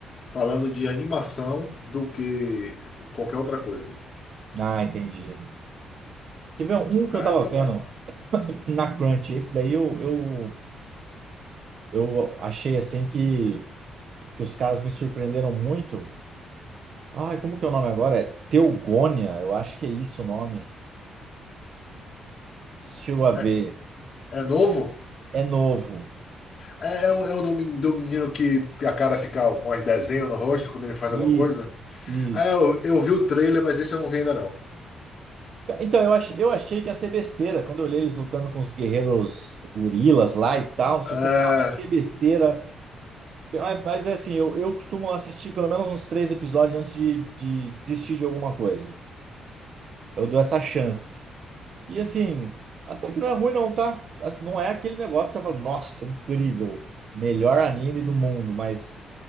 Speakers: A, on the left; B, on the right.
A: falando de animação, do que qualquer outra coisa.
B: Ah, entendi. Quer ver um que
A: Ah,
B: eu tava
A: então,
B: vendo
A: mano.
B: na Crunch? Esse daí eu, eu, eu achei assim que, que os caras me surpreenderam muito. Ai, como que é o nome agora? É Teogônia, eu acho que é isso o nome. Você chegou a ver.
A: É, é novo?
B: É novo.
A: É, é o, é o do, men- do menino que a cara fica uns desenhos no rosto quando ele faz
B: Isso,
A: alguma coisa?
B: isso.
A: Ah, eu, eu vi o trailer, mas esse eu não vi ainda, não.
B: Então, eu, ach, eu achei que ia ser besteira. Quando eu olhei eles lutando com os guerreiros gorilas lá e tal, não sei
A: Ah,
B: o que, eu falei, ah, vai ser besteira. Mas, mas é assim, eu, eu costumo assistir pelo menos uns três episódios antes de, de desistir de alguma coisa. Eu dou essa chance. E assim, até que não é ruim não, tá? As- Não é aquele negócio que você fala, nossa, incrível, melhor anime do mundo, mas